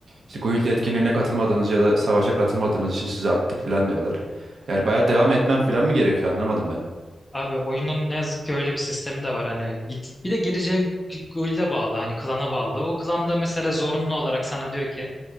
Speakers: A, on the right (about 65°); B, on the left (about 15°).
A: İşte guild etkinliğine katılmadınız ya da savaşa katılmadığınız için sizi attık falan diyorlar. Yani bayağı devam etmem falan mı gerekiyor anlamadım ben.
B: Abi oyunun ne yazık ki öyle bir sistemi de var hani gid- bir de gireceğin guild'e bağlı hani klana bağlı. O klanda mesela zorunlu olarak sana diyor ki